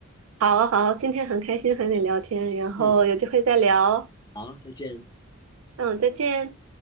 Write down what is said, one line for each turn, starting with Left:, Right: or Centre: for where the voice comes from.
Right: 好好，今天很开心和你聊天，然后有机会再聊。
Left: 嗯，好，再见。
Right: 嗯，再见。